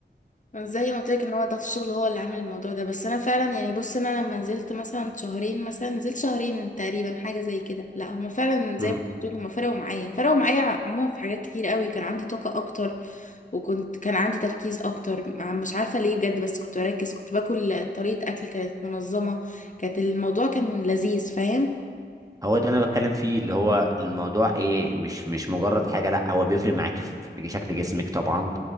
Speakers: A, on the left; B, on the right.
A: زي ما قلت لك ان هو ده في الشغل هو اللي عامل الموضوع ده بس انا فعلا يعني بص انا لما نزلت مثلا شهرين مثلا نزلت شهرين تقريبا حاجه زي كده لا هما فعلا زي
B: امم.
A: ما بتقول هما فرقوا معايا فرقوا معايا عموما في حاجات كتير قوي كان عندي طاقه اكتر وكنت كان عندي تركيز اكتر مع- مش عارفه ليه بجد بس كنت بركز كنت باكل طريقه اكل كانت منظمه كانت الموضوع كان لذيذ فاهم
B: هو ده اللي انا بتكلم فيه اللي هو الموضوع ايه مش مش مجرد حاجه لا هو بيفرق معاكي في في شكل جسمك طبعا